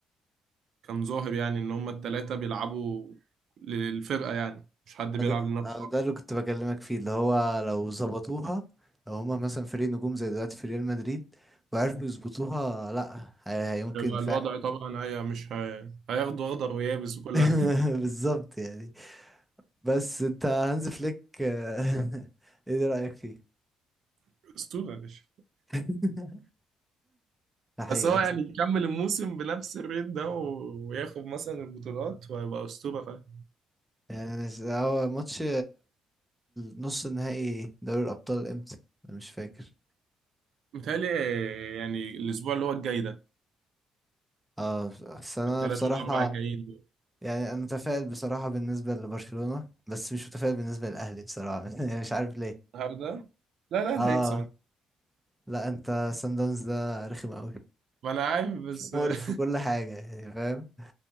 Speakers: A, on the right; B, in the centre.
A: كان ظاهر يعني ان هما الثلاثه بيلعبوا للفرقه يعني مش حد بيلعب
B: ده
A: لنفسه
B: أو ده
A: أكتر.
B: اللي كنت بكلمك فيه اللي هو لو ظبطوها لو هما مثلا فريق نجوم زي دلوقتي في ريال مدريد وعرفوا يظبطوها لا هي- هيمكن
A: يبقى
B: فعلا
A: الوضع طبعا هي مش هي... هياخدوا اخضر ويابس وكل
B: <laughs>
A: حاجه
B: بالظبط يعني بس انت هانز فليك آه، <laughs> ايه رأيك فيه؟
A: <laughs> اسطوره يا باشا
B: <laughs> الحقيقة
A: بس هو
B: بس.
A: يعني يكمل الموسم بنفس الريت ده و- وياخد مثلا البطولات وهيبقى اسطوره فاهم
B: يعني أنا ش- هو ماتش نص النهائي دوري الأبطال امتى؟ أنا مش فاكر
A: متهيألي يعني الاسبوع اللي هو الجاي ده
B: اه بس أنا
A: الثلاث
B: بصراحة
A: والاربع الجايين دول
B: يعني أنا متفائل بصراحة بالنسبة لبرشلونة بس مش متفائل بالنسبة للأهلي بصراحة <laughs> يعني مش عارف
A: النهارده لا لا اللي
B: اه
A: هيكسب
B: لا انت سان داونز ده رخم قوي
A: ما انا عارف بس
B: مقرف في كل حاجة يعني فاهم